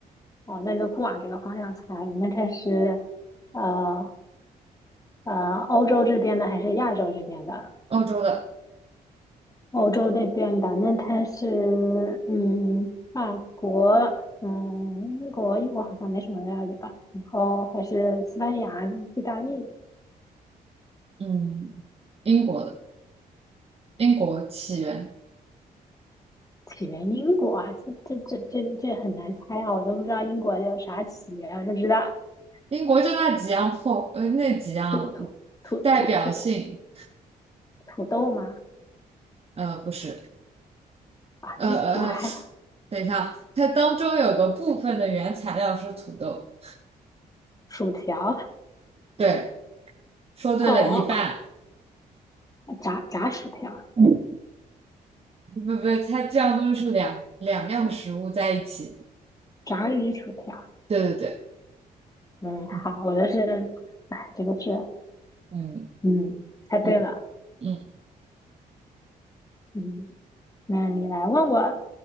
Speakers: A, on the left (about 20°); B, on the right (about 35°).
A: 哦，那就不往这个方向猜了，那它是呃呃，欧洲这边的还是亚洲这边的？
B: 欧洲的。
A: 欧洲这边的，那它是嗯，法国，嗯，英国，英国好像没什么料理吧？然后还是西班牙、意大利，
B: 嗯，英国的英国起源，
A: 起源英国啊，这这这这这很难猜啊，我都不知道英国有啥起源啊，我就知道
B: 英国就那几样破，呃，那几样
A: 土土土土土
B: 代表性，
A: 土豆吗？
B: 呃，不是，
A: 啊，
B: 呃呃，
A: 英国还有
B: 等一下，它当中有个部分的原材料是土豆，
A: 薯条，
B: 对，说对了一半，
A: 哦哦，炸炸薯条，
B: 嗯不不不，它这样东西是两两样食物在一起，
A: 炸鱼薯条。
B: 对对对，
A: 嗯，
B: 嗯
A: 好，我的是，哎，这个是。
B: 嗯
A: 嗯，猜对了。
B: 嗯嗯，
A: 嗯，那你来问我